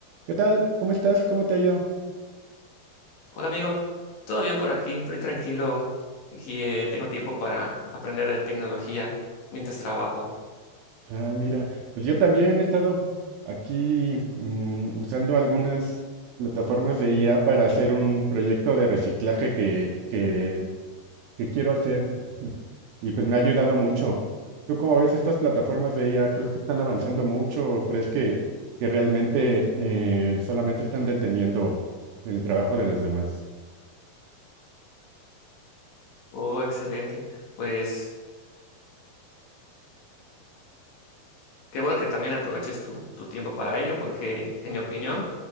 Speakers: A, on the right; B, on the left.
A: ¿Qué tal? ¿Cómo estás? ¿Cómo te ha ido?
B: Hola amigo, ¿todo bien por aquí? Estoy tranquilo y eh, tengo tiempo para aprender de tecnología mientras trabajo.
A: Ah, mira, pues yo también he estado aquí mm, usando algunas plataformas de IA para hacer un proyecto de reciclaje que, que, que quiero hacer. <laughs> Y pues me ha ayudado mucho. ¿Tú cómo ves estas plataformas de IA? ¿Crees que están avanzando mucho o crees que, que realmente eh, solamente están deteniendo el trabajo de los demás?
B: Oh, excelente. Pues qué bueno que también aproveches tu, tu tiempo para ello porque en mi opinión